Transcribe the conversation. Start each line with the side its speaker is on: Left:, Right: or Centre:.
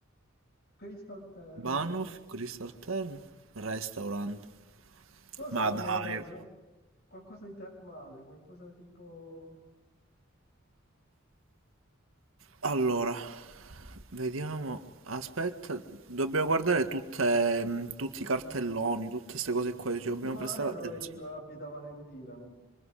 Left: Crystal Therm,
Right: Banoff, Crystal Tern, Restaurant.
Left: Però sarà
Right: Ma dai.
Left: magari una zona. Qualcosa di termale, qualcosa tipo,
Right: Allora, vediamo. Aspetta, dobbiamo guardare tutte, mh, tutti i cartelloni,
Left: mm,
Right: tutte queste cose qua, ci dobbiamo
Left: tipo
Right: prestare
Left: l'area
Right: attenzione.
Left: dove, dove abita Valentina, non,